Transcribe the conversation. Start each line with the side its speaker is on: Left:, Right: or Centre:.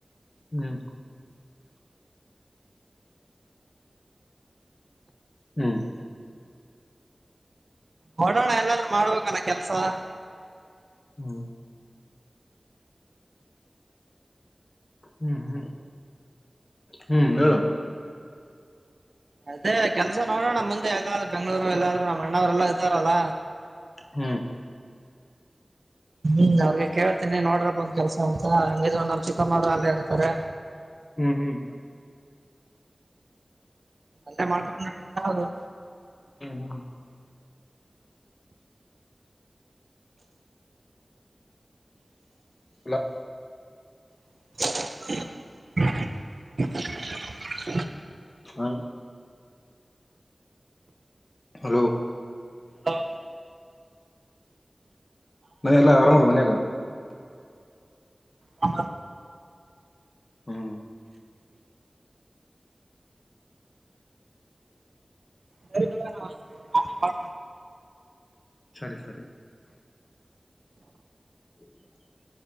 Left: ಹ್ಮ್ ಹ್ಮ್
Right: ಹೊಡೋಣ ಎಲ್ಲಾದ್ರೂ ಮಾಡುವಲ್ಲ ಕೆಲ್ಸ
Left: ಹ್ಮ್ ಹ್ಮ್ ಹ್ಮ್ ಹ್ಮ್ ಹೇಳ
Right: ಅದೇ ಕೆಲ್ಸ ನೋಡ್ರಣ ನಮ್ಮ್ ಮುಂದೆ ಎಲ್ಲಾದ್ ಬೆಂಗ್ಗಳೂರು ಎಲ್ಲಾದ್ನಮ್ಮ್ ಅಣ್ಣವ್ರೆಲ್ಲಾ ಇದ್ದಾರಲ್ಲ
Left: ಹ್ಮ್
Right: ಹ್ಮ್ ಅವ್ರಿಗೆ ಕೇಳ್ತೇನಿ ನೋಡ್ರಿ ಬಂದ್ ಕೆಲ್ಸ ಅಂತ ಹಂಗಿದ್ರು ನಮ್ ಚಿಕ್ಕಮ್ಮೂರು ಅಲ್ಲೇ ಇರ್ತಾರೆ
Left: ಹ್ಮ್ ಹ್ಮ್ ಹ್ಮ್
Right: ನಲ್ಲ ಮಾಡಕದು
Left: ಹ್ಮ್ ಹಲೋ
Right: <unintelligible>
Left: ಹ್ಮ ಹಲೋ
Right: ಹಾ
Left: ಮನ ಎಲ್ಲಾ ಇರಂಗೋಲ್ಲ ಮನೆಕ
Right: ಹ
Left: ಹ್ಮ್
Right: ಸರಿ ನವ
Left: ಸರಿ ಸರಿ ಹ್ಮ